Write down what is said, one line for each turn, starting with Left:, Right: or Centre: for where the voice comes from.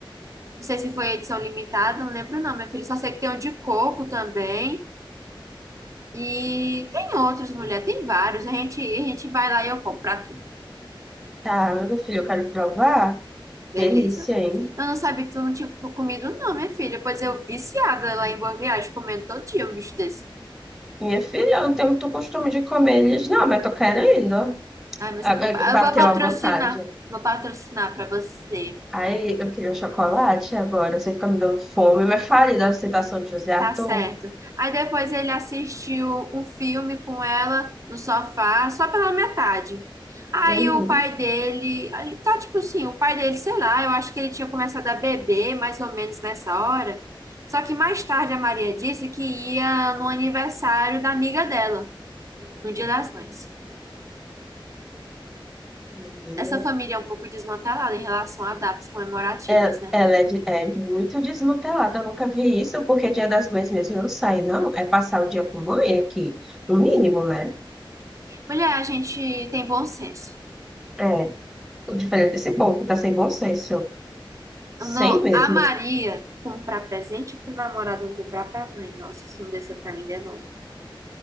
Right: Não sei se foi edição limitada, não lembro não, meu filho. Só sei que tem um de coco também. E tem outros, mulher, tem vários. A gente, a gente vai lá e eu compro pra tu.
Centre: Tá, meu filho, eu quero provar.
Right: Beleza.
Centre: Delícia, hein?
Right: Eu não sabia que tu não tinha co- comido, não, minha filha. Pois eu viciada lá em Boa Viagem, comendo todo dia um bicho desse.
Centre: Minha filha, eu não tenho muito costume de comer eles, não, mas tô querendo. ó.
Right: Ai, mas
Centre: Agora
Right: eu vou, pa-
Centre: Bateu
Right: eu vou patrocinar.
Centre: a vontade.
Right: Vou patrocinar pra você.
Centre: Aí eu queria um chocolate agora, você fica me dando fome, mas fale da ostentação de José Arthur.
Right: Tá certo. Aí depois ele assistiu um filme com ela no sofá, só pela metade. Aí
Centre: Uhum.
Right: o pai dele, ele tá tipo assim, o pai dele, sei lá, eu acho que ele tinha começado a beber mais ou menos nessa hora. Só que mais tarde a Maria disse que ia no aniversário da amiga dela. no Dia das Mães.
Centre: Menina.
Right: Essa família é um pouco desmantelada em relação a datas comemorativas,
Centre: É-
Right: né?
Centre: Ela é, de- é muito desmantelada, eu nunca vi isso, porque Dia das Mães mesmo eu não sai, não. É passar o dia com mãe aqui, no mínimo, né?
Right: Mulher, a gente tem bom senso.
Centre: É, o diferente desse povo, tá sem bom senso. Sem
Right: Não,
Centre: mesmo.
Right: a Maria comprar presente pro namorado, não comprar pra mãe. Nossa, isso não desceu pra mim de novo.